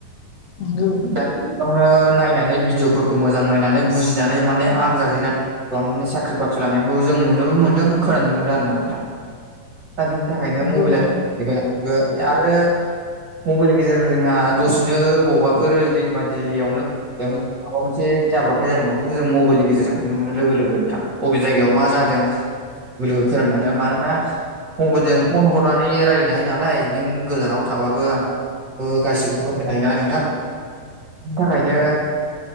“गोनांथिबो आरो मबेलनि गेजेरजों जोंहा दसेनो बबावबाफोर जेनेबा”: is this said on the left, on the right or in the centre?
Right